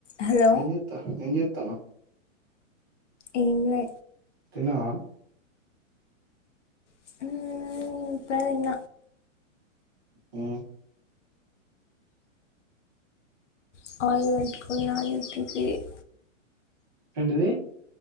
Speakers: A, on the left; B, on the right.
A: Hello
B: ఏంచేతావు ఎం చెతానావు
A: ఎంలే
B: తిన్నవ
A: ఇప్పుడే తిన్న
B: హ్మ్
A: కాలేజ్ కీ పోయిన
B: ఏంటిది